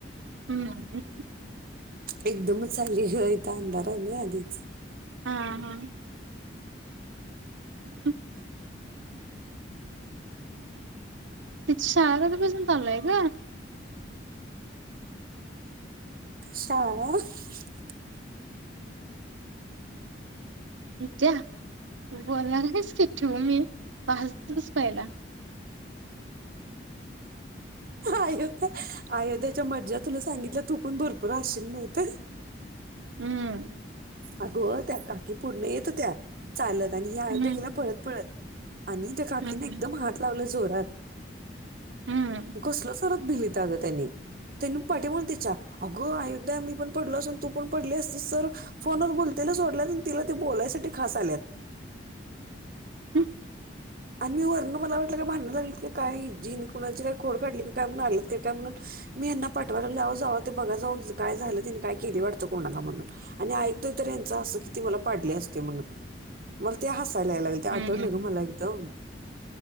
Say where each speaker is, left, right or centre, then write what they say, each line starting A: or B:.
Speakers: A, on the right; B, on the right.
A: हम्म
B: एकदमच चालीय गं इथ अंधार आहे ना आधीच
A: हा हा नस् तिची शाळा कपासून चालूय ग.
B: <unintelligible>
A: जा बोलणार आहेच की ठेऊ मी पाच दिवस पहिला.
B: अयोध्या अयोध्याच्या मज्जा तुला सांगितलं तू पण भरपूर हासशील माहितय.
A: हम्म
B: अगो त्या काकी पुर्ण येतो त्या चालत आणि हे आयुंद
A: हम्म
B: केेल्या पळत पळत. आणि त्या काकीने
A: हम्म
B: एकदम ह लावले जोरात
A: हम्म.
B: कसल सरात भिलीत अगं त्यांनी त्यांनी पाठी म्हण त्याच्या अगं अयोध्या मी पण पडलो असून तू पण पडली असते तर फोनवर बोलतेय सोडल्यात आणि तिला ते बोलायसाठी खास आल्यात.
A: हम्म
B: आणि मी वर्ण मला वाटलं का भांडं लागलं का काय जी कोणाची काय खोड काढली क काय म्हलीत का काय म्हणून अन् मी वरन मला वाटलं भांडू राहिली की काय जीन कुणाची काय खोड काढली की काय म्हणून मी ह्यांना पाठवाय लागलह जाव ते बघा जाऊ काय झालं ति काय केली वाटतं कोणाला म्हणून आणि ऐकतोय तर यांं असं कि ती मला पाडली असते म्हणून मला ते हस चलायला लागल ते आटवलं
A: हम्म
B: ग मला बी. हो